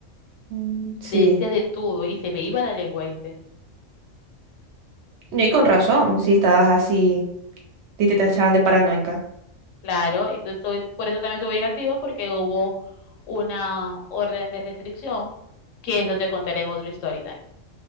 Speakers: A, on the right; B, on the left.
A: Mm, Sí,
B: Le decía de todo y se me iba la lengua, ¿viste?
A: No, y con razón, si estabas así, y te tachaban de paranoica.
B: Claro, entonces tuve- por eso también estuve inactiva porque hubo una orden de restricción que eso te contaré en otro story time.